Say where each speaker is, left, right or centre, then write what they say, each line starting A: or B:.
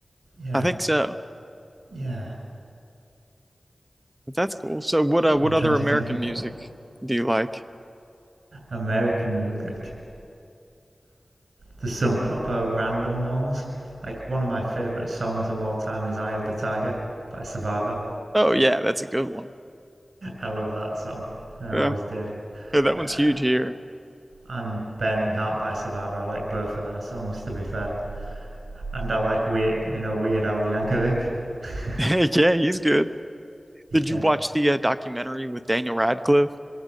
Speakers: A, on the right; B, on the right.
A: yeah,
B: I think so.
A: yeah.
B: But that's cool. So what uh what
A: I'm trying
B: other American
A: to think of what
B: music
A: uh,
B: do you like?
A: American music. There's some proper random ones. Like one of my favorite songs of all time is "Eye of the Tiger" by Survivor.
B: Oh yeah, that's a good one.
A: I love that song. I always
B: Yeah,
A: did.
B: yeah, that one's
A: Uh,
B: huge here.
A: and "Burning Heart" by Survivor. I like both of their songs, to be fair. And I like weird, you know, Weird Al Yankovic. <laughs>
B: <laughs> Yeah, he's good. Did
A: yeah.
B: you watch the uh, documentary with Daniel Radcliffe?